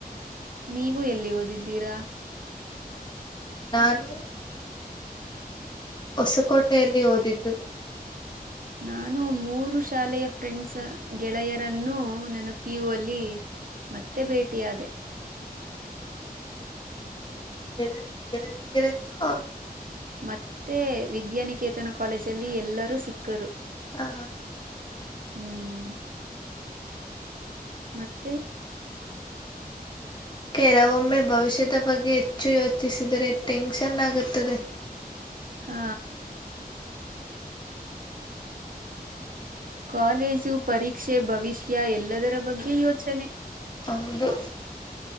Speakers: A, on the right; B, on the left.
A: ನೀವು ಎಲ್ಲಿ ಓದಿದ್ದೀರಾ
B: ನಾನು ಹೊಸಕೋಟೆಯಲ್ಲಿ ಓದಿದ್ದು
A: ನಾನು ಮೂರು ಶಾಲೆಯ ಫ್ರೆಂಡ್ಸ್ ಗೆಳೆಯರನ್ನು ನನ್ನ ಪಿ ಯು ಅಲ್ಲಿ ಮತ್ತೆ ಭೇಟಿ ಆದೆ. <inaudible>
B: <unintelligible>
A: ಮತ್ತೆ ವಿದ್ಯಾನಿಕೇತನ ಕಾಲೇಜಲ್ಲಿ ಎಲ್ಲರೂ ಸಿಕ್ಕರು.
B: ಆ
A: ಹ್ಮ್ ಮತ್ತೆ
B: ಕೆಲವೊಮ್ಮೆ ಭವಿಷ್ಯದ ಬಗ್ಗೆ ಹೆಚ್ಚು ಯೋಚಿಸಿದರೆ ಟೆನ್ಶನ್ ಆಗುತ್ತದೆ.
A: ಹಾ ಕಾಲೇಜು ಪರೀಕ್ಷೆ ಭವಿಷ್ಯ ಎಲ್ಲದರ ಬಗ್ಗೆ ಯೋಚನೆ.
B: ಹೌದು.